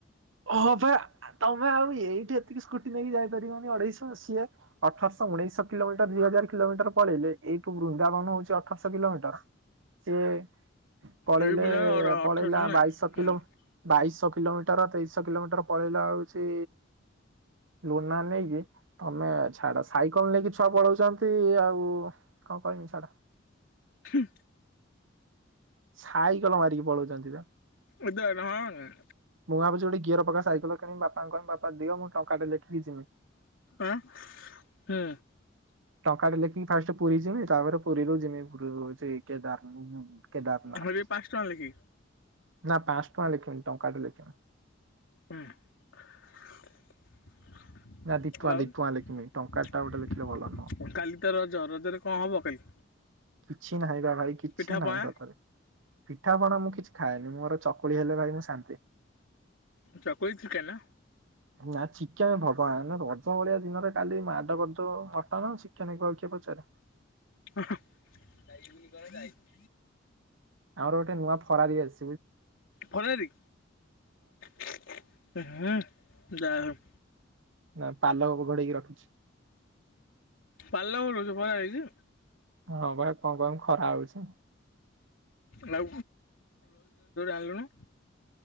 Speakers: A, on the right (about 75°); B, on the left (about 80°).
A: ହଁ ବା ତମେ ଆଉ ଏଇଠି ଏତିକି ସ୍କୁଟି ନେଇକି ଯାଇପାରିବନି ଅଢେଇଶହ ଅସିବ। ଅଠରଶହ ଉଣେଇଶ କିଲୋମିଟର ଦିଇ ହଜାର କିଲୋମିଟର ପଳେଇଲେ ଏଇଠୁ ବୃନ୍ଦାବନ ହଉଛି ଅଠରଶହ କିଲୋମିଟର। ସିଏ ପଳେଇଲେ
B: ଏଇ ବୁଲା ଅଠରଶହ
A: ପଳେଇଲା
B: ନାଇଁ
A: ବାଇଶସହ
B: ହୁଁ
A: କିଲୋ ବାଇଶସହ କିଲୋମିଟର ତେଇଶଶହ କିଲୋମିଟର ପଳେଇଲା ହଉଛି ଲୁନା ନେଇକି ତମେ ଛାଡ। ସାଇକେଲ ନେଇକି ଛୁଆ ପଳଉଛନ୍ତି ଆଉ କଣ କହିମି ଛାଡ଼।
B: ହୁଁ।
A: ସାଇକଲ ମାରିକି ପଳଉଛନ୍ତି ବା।
B: ଉଦାହରଣ ହଁ।
A: ମୁଁ ଭାବୁଛି ଗୋଟେ ଗିଅର ପକା ସାଇକଲ କିଣିବି। ବାପାଙ୍କୁ କହିବି ବାପା ଦିଅ ମୁଁ ଟଙ୍କା ଲେଖିକି ଯିମି।
B: ଆ ହୁଁ।
A: ଟଙ୍କା ଟେ ଲେଖି ଫାଷ୍ଟ ପୁରୀ ଜିମି ତାପରେ ପୁରୀରୁ ଜିମି ପୁରୀ ରହୁଛି। ସେ କେଦାରନା କେଦାରନାଥ।
B: ଏବେ ପାଞ୍ଚ ଟଙ୍କା ଲେଖି
A: ନା ପାଞ୍ଚ ଟଙ୍କା ଲେଖିବିନ ଟଙ୍କାଟେ ଲେଖିବି।
B: ହୁଁ।
A: ନା ଦି ଟଙ୍କା
B: ଆଉ
A: ଦି ଟଙ୍କା ଲେଖିବି ଟଙ୍କା ଟା ଗୋଟେ ଲେଖିଲେ ଭଲ ନୁହଁ।
B: କାଲି ତ ରଜ ରଜରେ କଣ ହବ କାଲି?
A: କିଛି ନାହିଁ ବା ଭାଇ କିଛି
B: ପିଠା ପଣା
A: ନାହିଁ ସତରେ ପିଠାପଣା ମୁଁ କିଛି ଖାଏନି ମୋର ଚକୁଳି ହେଲେ ଭାଇ ମୁଁ ଶାନ୍ତି।
B: ଚକୁଳି ଛେନା
A: ନା ଶ୍ମେ ଭଗବାନ ରଜ ଭଳିଆ ଦିନରେ କାଲି ମାଦ ଗଦ ହଁ, ହ ଚିକେନକୁ ଆଉ କିଏ ପଚାରେ।
B: କରାଇ <unintelligible>
A: ଆମର ଗୋଟେ ନୂଆ ଫରାରୀ ଆସି
B: ଫତାରି ହୁଁ ଯା ହଉ।
A: ନା ପାଲ ଘୋଡେଇକି ରଖୁଛି।
B: ପାଲ ଘୋଡେଇକି ପା ଆଇଲି।
A: ହଁ ଭାଇ କଅଁ କଇବି ଖରା ହଉଚି।
B: ର ଆିଲୁନ <unintelligible>